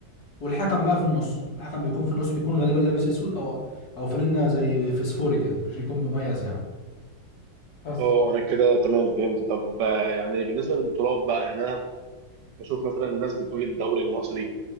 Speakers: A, on the left; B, on the right.
A: والحكم بقى في النص الحكم بيكون في النص بيكون غالبا لابس اسود او او فانلة زي فسفوري كده عشان يكون مميز يعني بس
B: اه انا كده تمام فهمت طب آه، يعني بالنسبه للبطولات بقى يعني انا بشوف مثلا الناس بتقول الدوري المصري